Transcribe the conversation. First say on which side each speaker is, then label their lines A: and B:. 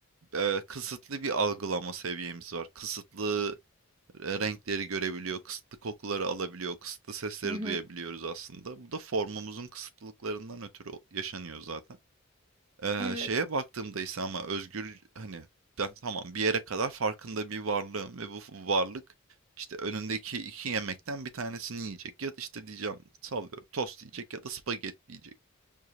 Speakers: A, on the right; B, on the right.
A: e, kısıtlı bir algılama seviyemiz var. Kısıtlı e, renkleri görebiliyor, kısıtlı kokuları alabiliyor, kısıtlı sesleri
B: Hı hı.
A: duyabiliyoruz aslında. Bu da formumuzun kısıtlılıklarından ötürü yaşanıyor zaten. Eee,
B: Evet.
A: şeye baktığımda ise ama özgür hani ben tamam bir yere kadar farkında bir varlığım ve bu f- varlık işte önündeki iki yemekten bir tanesini yiyecek ya da işte diyeceğim sallıyorum tost yiyecek ya da spagetti yiyecek.